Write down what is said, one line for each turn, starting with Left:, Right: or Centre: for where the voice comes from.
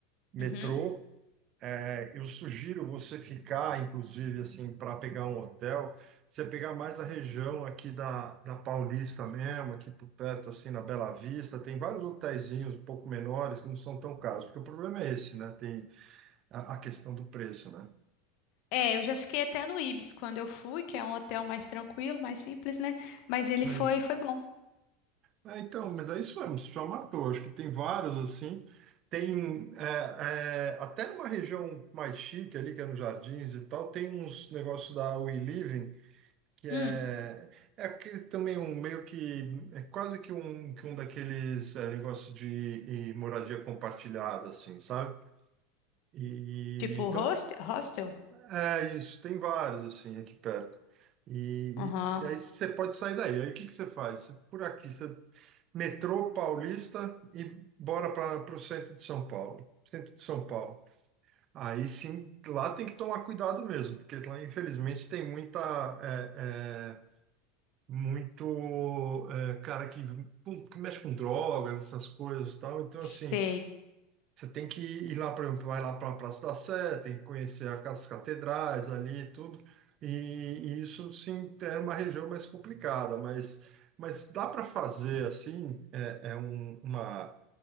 Right: metrô,
Left: Uhum.
Right: É, eu sugiro você ficar, inclusive, assim, para pegar um hotel, você pegar mais a região aqui da, da Paulista mesmo, aqui por perto, assim, na Bela Vista, tem vários hotelzinhos um pouco menores que não são tão caros, porque o problema é esse, né? Tem a, a questão do preço, né?
Left: É, eu já fiquei até no Ibis quando eu fui, que é um hotel mais tranquilo, mais simples, né? Mas ele
Right: Não
Left: foi,
Right: é isso.
Left: foi bom.
Right: É, então, mas é isso mesmo, você já matou. Acho que tem vários, assim, tem é, é, até numa região mais chique ali, que é nos Jardins e tal, tem uns negócios da We Living, que é,
Left: Hum,
Right: é que também um meio que é quase que um, que um daqueles é, negócios de e moradia compartilhada, assim, sabe? E
Left: tipo
Right: então
Left: hostel, hostel?
Right: é isso, tem vários assim aqui perto. E,
Left: Aham.
Right: e, e aí você pode sair daí. Aí o que que você faz? Você- por aqui, você metrô Paulista e bora para o centro de São Paulo. Centro de São Paulo. Aí sim, lá tem que tomar cuidado mesmo, porque lá infelizmente tem muita eh, eh, muito é, cara que, pum, que mexe com drogas, essas coisas e tal. Então,
Left: Sei.
Right: assim, você tem que ir lá, por exemplo, vai lá para a Praça da Sé, tem que conhecer a- as catedrais ali e tudo. E, e isso, sim, é uma região mais complicada, mas, mas dá para fazer, assim, é, é um, uma,